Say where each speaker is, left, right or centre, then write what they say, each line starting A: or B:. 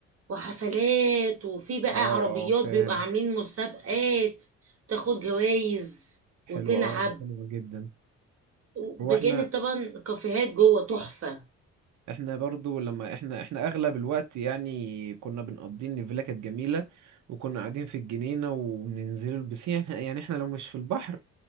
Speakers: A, on the right (about 50°); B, on the right (about 70°).
A: وحفلات وفي بقى
B: اه اه
A: عربيات
B: فاهم
A: بيبقى عاملين مسابقات تاخد جوائز
B: حلوة
A: وتلعب
B: اه حلوة جدا
A: بجانب
B: هو احنا
A: طبعا كافيهات جوه تحفه
B: احنا برضو لما احنا احنا اغلب الوقت يعني كنا بنقضي ان الفيلا كانت جميله وكنا قاعدين في الجنينه وبننزلوا البسين احنا يعني احنا لو مش في البحر